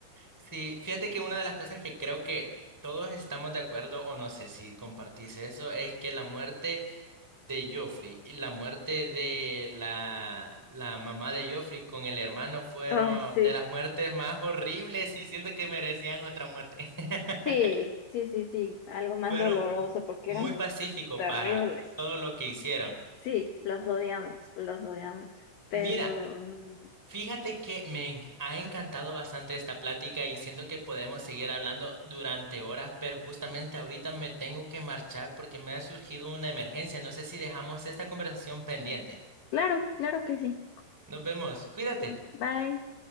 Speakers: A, in the centre; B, on the left (about 85°).
A: Sí, fíjate que una de las cosas que creo que todos estamos de acuerdo, o no sé si compartís eso, es que la muerte de Joffrey y la muerte de la, la mamá de Joffrey con el hermano fueron
B: Ay, sí.
A: de las muertes más horribles y siento que merecían otra muerte. <laughs>
B: Sí, sí, sí, sí, algo más
A: Fueron
B: doloroso porque
A: muy
B: eran
A: pacíficos
B: terribles.
A: para todo lo que hicieron.
B: Sí, los odiamos, los odiamos. Pero
A: Mira,
B: mm,
A: Fíjate que me ha encantado bastante esta plática y siento que podemos seguir hablando durante horas, pero justamente ahorita me tengo que marchar porque me ha surgido una emergencia. No sé si dejamos esta conversación pendiente.
B: claro, claro que sí.
A: Nos vemos. Cuídate.
B: Sí. Bye.